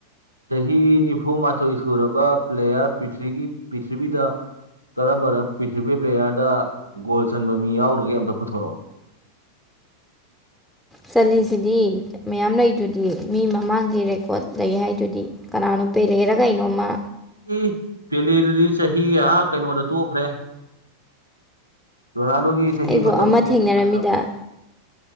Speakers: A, on the right; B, in the centre.
A: ꯆꯍꯤ ꯅꯤꯐꯨ ꯃꯥꯊꯣꯏ ꯁꯨꯔꯕ ꯄ꯭ꯂꯦꯌꯥꯔ ꯄ꯭ꯔꯤꯒꯤ ꯄ꯭ꯔꯤꯊꯤꯕꯤꯗ ꯀꯔꯝꯕꯅ ꯄ꯭ꯔꯤꯊꯤꯔꯤꯕꯤ ꯄ꯭ꯂꯦꯌꯥꯔꯗ ꯒꯣꯜ ꯆꯟꯕ ꯃꯤ ꯌꯥꯎꯒ꯭ꯔꯒꯦ ꯑꯝꯇ ꯄꯨꯊꯣꯔꯛꯑꯣ
B: ꯆꯜꯂꯤꯁꯤꯗꯤ ꯃꯌꯥꯝ ꯂꯩꯗꯨꯗꯤ ꯃꯤ ꯃꯃꯥꯡꯒꯤ ꯔꯦꯀꯣꯔꯠ ꯂꯩ ꯍꯥꯏꯗꯨꯗꯤ ꯀꯅꯥꯅꯣ ꯄꯦꯂꯦꯔ ꯀꯩꯅꯣꯝꯃ
A: ꯎꯝ ꯄꯦꯂꯦꯗꯨꯗꯤ ꯆꯍꯤ ꯑ ꯀꯩꯅꯣꯗ ꯇꯣꯛꯈ꯭ꯔꯦ ꯔꯣꯅꯥꯜꯗꯣꯒꯤ ꯆꯍꯤ
B: ꯑꯩꯕꯨ
A: ꯃꯇꯕꯧ
B: ꯑꯃ
A: ꯄꯦꯂꯦ
B: ꯊꯦꯡꯅꯔꯝꯃꯤꯗ
A: ꯁꯥꯟꯅꯔꯝ